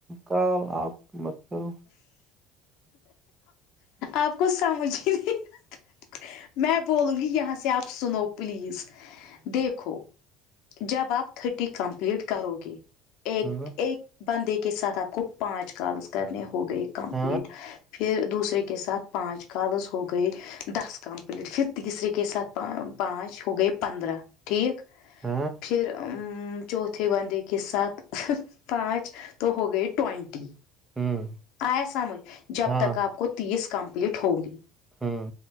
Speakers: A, on the right; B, on the left.
A: کال آپ مت کرو
B: آپ کو سمجھ ہی نہیں آتا میں بولوں گی یہاں سے آپ سنو پلیز دیکھو جب آپ تٹھٹی کمپلیٹ کرو گے ایک
A: ہاں
B: ایک بندے کے ساتھ آپ کو پانچ کالز کرنے ہوگئے کمپلیٹ
A: ہاں
B: پھر دوسرے کے ساتھ پانچ کالذ ہو گئے دس کمپلیٹ پھر تیسرے کے ساتھ پانچ ہو گئے پندرہ ٹھیک
A: ہاں
B: پھر چوتھے بندے کے ساتھ پانچ تو ہو گئے ٹوونٹی
A: ہوں
B: آئے سمجھ جب
A: ہاں
B: تک آپ کو تیس کمپلیٹ ہوگی
A: ہوں